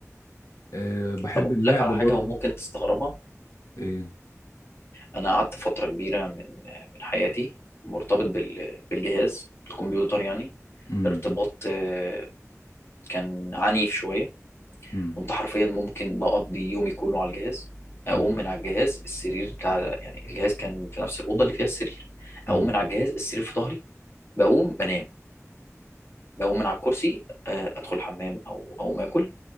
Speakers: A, on the left; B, on the left.
A: أه بحب
B: طب اقول
A: اللعب
B: لك على
A: برضو
B: حاجه وممكن تستغربها
A: ايه
B: انا قعدت فتره كبيره من من حياتي مرتبط بال- بالجهاز الكمبيوتر يعني
A: امم
B: ارتباط آه، كان عنيف شوية
A: امم
B: كنت حرفيا ممكن بقضي يومي كله على الجهاز أقوم
A: امم
B: من على الجهاز السرير بتاع يعني الجهاز كان في نفس الأوضة اللي فيها السرير أقوم
A: امم
B: من على الجهاز السرير في ظهري بقوم بنام بقوم من على الكرسي آه، أدخل الحمام أو أقوم آكل